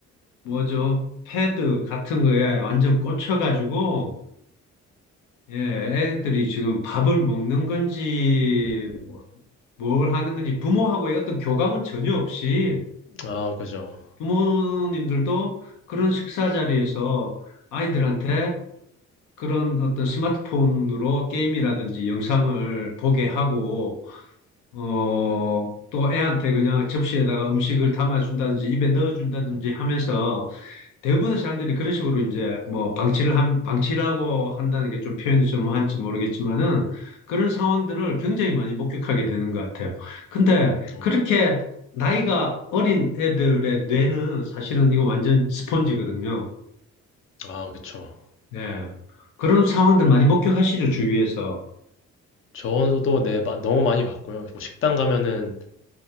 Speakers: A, on the left (about 85°); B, on the left (about 45°).
A: 뭐죠? 패드 같은 거에 완전 꽂혀가지고, 예, 애들이 지금 밥을 먹는 건지,
B: 음,
A: 뭘 하는 건지, 부모하고의 어떤 교감은 전혀 없이,
B: 아, 그죠.
A: 부모님들도 그런 식사 자리에서 아이들한테 그런 어떤 스마트폰으로 게임이라든지 영상을 보게 하고, 어, 또 애한테 그냥 접시에다가 음식을 담아준다든지 입에 넣어준다든지 하면서 대부분의 사람들이 그런 식으로 이제 뭐 방치를 한, 방치라고 한다는 게 좀 표현이 좀 한지 모르겠지만은 그런 상황들을 굉장히 많이 목격하게 되는 것 같아요. 근데
B: 어,
A: 그렇게 나이가 어린 애들의 뇌는 사실은 이거 완전 스펀지거든요.
B: 아, 그쵸.
A: 예. 그런 상황들 많이 목격하시죠, 주위에서.
B: 저도 네, 마- 너무 많이 봤고요. 뭐 식당 가면은